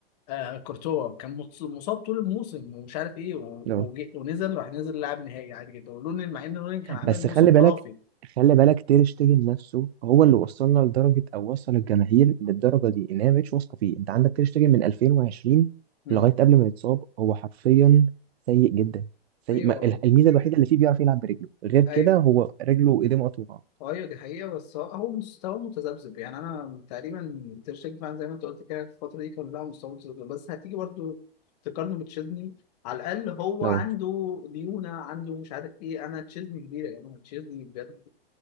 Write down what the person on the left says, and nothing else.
آه كورتوا كان مص- مصاب طول الموسم ومش عارف ايه و-
وجي- ونزل راح نزل لعب نهائي عادي جدا ولونين مع ان لونين كان عامل
موسم
خرافي
امم
ايوه
ايوه
ايوه دي حقيقة بس هو هو مستواه متذبذب يعني انا تقريبا تير شتيجن فعلا زي ما انت قلت كده في الفترة دي كلها مستواه متذبذب بس هتيجي برضو تقارنه بتشيزني على الاقل هو
عنده ديونة عنده مش عارف ايه انا تشيزني كبيرة يا جماعة تشيزني بجد